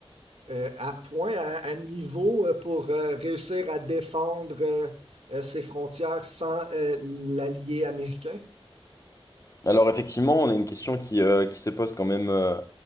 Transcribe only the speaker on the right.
euh, à point, à, à niveau euh, pour euh, réussir à défendre euh, euh, ses frontières sans euh, l'allié américain?